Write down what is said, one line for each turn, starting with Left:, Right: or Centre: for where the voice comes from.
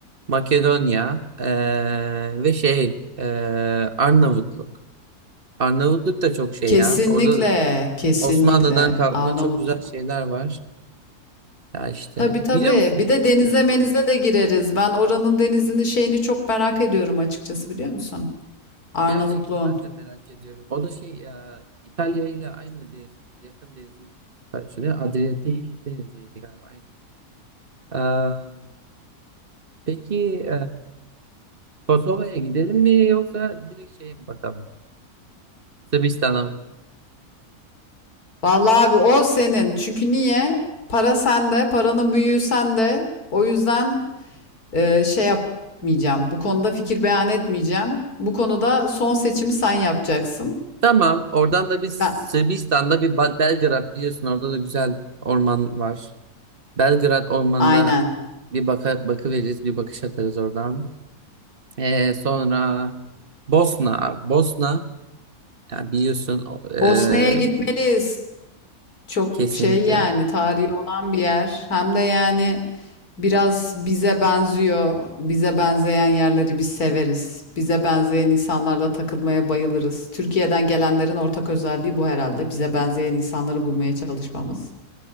Right: Makedonya eee, ve şey eee, Arnavutluk. Arnavutluk da çok şey
Left: Kesinlikle,
Right: ya. Orada da
Left: kesinlikle
Right: Osmanlı'dan kalma
Left: Arnavutluk.
Right: çok güzel şeyler var. Ya işte
Left: Tabii tabii.
Right: biliyor musun?
Left: Bir de denize menize de gireriz. Ben oranın denizini şeyini çok merak ediyorum açıkçası biliyor musun? Arnavutluğun.
Right: Gerçekten ben de merak ediyorum. O da şey ya İtalya ile aynı deniz, yakın denizi paylaşıyor. Adriyatik deniziydi galiba aynı. Eee, peki Kosova'ya gidelim mi yoksa direkt şeye mi bakalım? Sırbistan'a mı gidelim?
Left: Vallahi abi o senin. Çünkü niye? Para sende, paranın büyüğü sende. O yüzden Ee, şey yapmayacağım. Bu konuda fikir beyan etmeyeceğim. Bu konuda son seçimi sen yapacaksın.
Right: Tamam. Oradan da biz
Left: Ben,
Right: Sırbistan'da bir Ba- Belgrad biliyorsun orada da güzel orman var. Belgrad ormanına
Left: aynen.
Right: bir baka, bakı veririz, bir bakış atarız oradan. Ee, sonra Bosna, Bosna ya biliyorsun o- ee,
Left: Bosna'ya gitmeliyiz. Çok
Right: kesinlikle.
Left: şey yani tarihi olan bir yer. Hem de yani biraz bize benziyor. Bize benzeyen yerleri biz severiz. Bize benzeyen insanlarla takılmaya bayılırız. Türkiye'den gelenlerin ortak özelliği bu herhalde. Bize benzeyen insanları bulmaya çalışmamız.